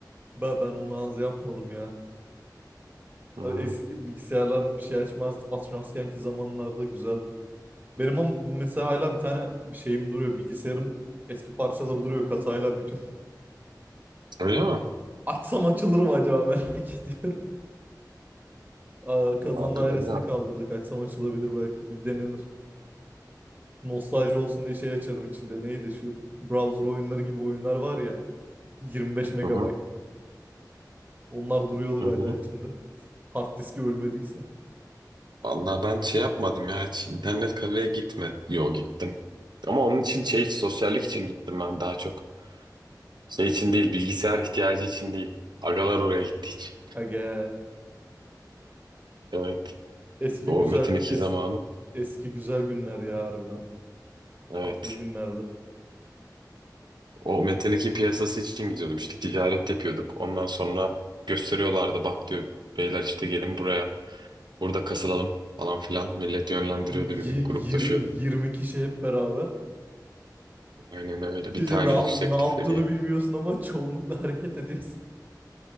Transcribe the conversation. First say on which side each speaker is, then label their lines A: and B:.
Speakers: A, on the right; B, on the right.
A: Ben, ben onu az yapmadım ya.
B: Hmm.
A: Abi Eski bilgisayarlar bir şey açmaz. Atmazkenki zamanlarda güzeldi. Benim am- mesela hala bir tane bir şeyim duruyor. Bilgisayarım eski parçaları duruyor kasayla bütün.
B: Öyle mi?
A: <laughs> Açsam açılır mı acaba merak <laughs> ediyorum. Aa, kazan
B: Vallahi
A: dairesini
B: bilemiyorum.
A: kaldırdık. Açsam açılabilir belki. Bir denenir. Nostalji olsun diye şey açarım içinde. Neydi şu browser oyunları gibi oyunlar var ya. 25 megabayt.
B: Hı hı.
A: Onlar duruyordur
B: Hı
A: hala
B: hı.
A: içinde. Hard diski ölmediyse.
B: Vallahi ben şey yapmadım ya hiç internet kafeye gitmedim. Yo gittim. Ama onun için şey sosyallik için gittim ben daha çok. Şey için değil bilgisayar ihtiyacı için değil. Agalar oraya gitti hiç.
A: Aga
B: Evet.
A: eski
B: O
A: güzel
B: Metin iki
A: es-
B: zamanı.
A: eski güzel günler ya harbiden.
B: Evet.
A: Tatlı günlerdi.
B: O metin piyasası için gidiyordum işte ticaret yapıyorduk. Ondan sonra gösteriyorlardı bak diyor beyler işte gelin buraya burada kasılalım falan filan. Millet yönlendiriyordu
A: Y-
B: birbirini gruplaşıyordu.
A: yir- yirmi kişi hep beraber.
B: Aynen öyle bir
A: İşte
B: tane
A: ne,
B: yüksek
A: ne yaptığını
B: seviye
A: bilmiyorsun ama çoğunlukla <laughs> hareket ediyorsun.